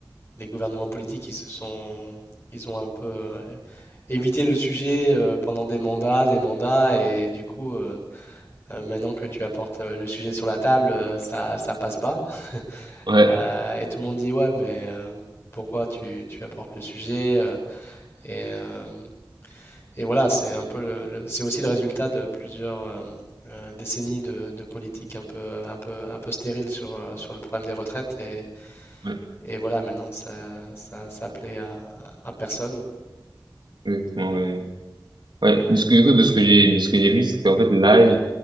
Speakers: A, on the left; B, on the right.
A: les gouvernements politiques, ils se sont, ils ont un peu euh, évité le sujet euh, pendant des mandats, des mandats, et du coup, euh, Heu, maintenant que tu apportes, heu, le sujet sur la table, heu, ça ça passe pas.
B: ouais,
A: Heu et tout le monde dit: «Ouais, mais heu, pourquoi tu tu apportes le sujet?» heu et hem et voilà, c'est un peu le le c'est aussi le résultat de plusieurs, hem, heu, décennies de de politique un peu un peu un peu stérile sur, heu, sur le problème des retraites et
B: ouais,
A: et voilà, maintenant ça ça ça plaît à à personne.
B: exactement, ouais. Ouais, de ce que, du coup, de ce que j'ai, de ce que j'ai vu, c'est qu'en fait, l'âge